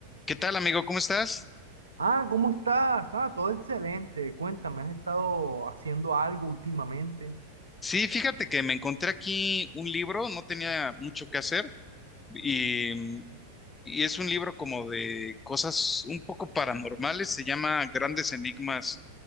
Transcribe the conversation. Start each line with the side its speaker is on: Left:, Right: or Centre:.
Left: ¿Qué tal, amigo? ¿Cómo estás?
Right: Ah, ¿cómo estás? Ah, todo excelente. Cuéntame, ¿has estado haciendo algo últimamente?
Left: Sí, fíjate que me encontré aquí un libro, no tenía mucho que hacer y, mm, y es un libro como de cosas un poco paranormales, se llama Grandes Enigmas,